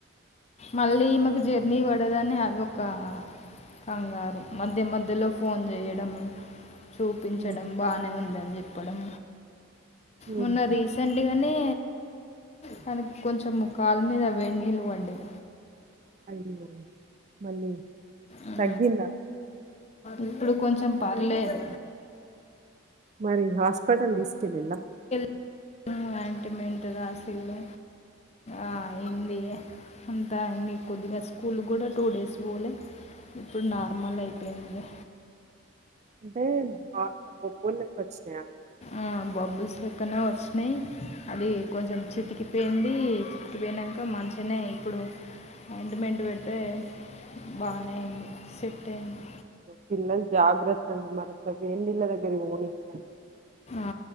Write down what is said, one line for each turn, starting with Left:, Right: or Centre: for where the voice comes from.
Left: మళ్ళీ ఈమెకు జర్నీ పడదని అదొక కంగారు. మధ్య మధ్యలో ఫోన్ చేయడం. చూపించడం,
Right: హ్మ్.
Left: బానే ఉందని చెప్పడం.
Right: హుహు.
Left: మొన్న రీసెంట్గానే తనక్ కొంచెంము కాల్ మీద వేడి నీళ్లు పడ్డాయి.
Right: అయ్యో మళ్ళీ
Left: ఆ.
Right: తగ్గిందా?
Left: ఇప్పుడు కొంచెం పర్లేదు.
Right: మరి హాస్పిటల్ తీస్కెళ్లిలా?
Left: మ్ అంటిమెంట్ రాసిల్లు అయిందిగ. అంతా ఇంగ కొద్దిగా స్కూల్ కూడ టూ డేస్ పోలే. ఇప్పుడు నార్మల్ అయిపోయిందిలె.
Right: అంటే కాళ్లకు బొబ్బిల్లా వచ్చేయ్
Left: ఆ బబ్బుల్స్ లొ పక్కన వచ్చినయి అది కొంచెం చితికిపోయింది. చితికిపోయినంక మంచిగనే ఇప్పు ఆయింట్మెంట్ పెడితే బానే ఉంది సెట్ అయింది
Right: పిల్లలు జాగ్రత్త అండి మర వేడినీళ్ల దగ్గరికి పోనియకండి
Left: ఆ